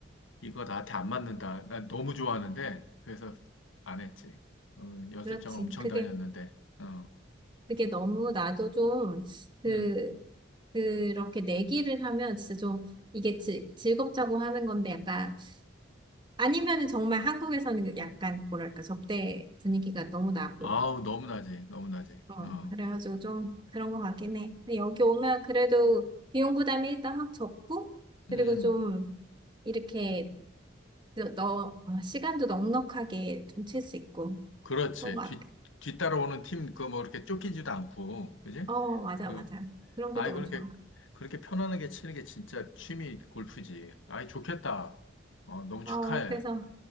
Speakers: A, on the left; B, on the right.
A: 이거 나한테 안 맞는다. 나 너무 좋아하는데, 그래서 안 했지. 어, 연습장을
B: 그렇지.
A: 엄청
B: 그게,
A: 다녔는데, 어,
B: 그게 너무 나도 좀, 그,
A: 음,
B: 그렇게 내기를 하면 진짜 좀, 이게 즐, 즐겁자고 하는 건데 약간 아니면은 정말 한국에서는 그 약간 뭐랄까 접대 분위기가 너무 나고
A: 아우, 너무나지, 너무나지,
B: 어
A: 어,
B: 그래가지고 좀 그런 것 같긴 해. 근데 여기 오면 그래도 비용 부담이 일단 확 적고 그리고
A: 음,
B: 좀 이렇게 너, 너- 어, 시간도 넉넉하게 좀 칠 수 있고
A: 그렇지.
B: 그런 것 같아.
A: 뒤, 뒤따라오는 팀, 그 뭐 이렇게 쫓기지도 않고, 그지?
B: 어 맞아
A: 그
B: 맞아 그런
A: 아이,
B: 게 너무
A: 그렇게,
B: 좋아.
A: 그렇게 편안하게 치는 게 진짜 취미 골프지. 아이, 좋겠다. 어, 너무
B: 어
A: 축하해.
B: 그래서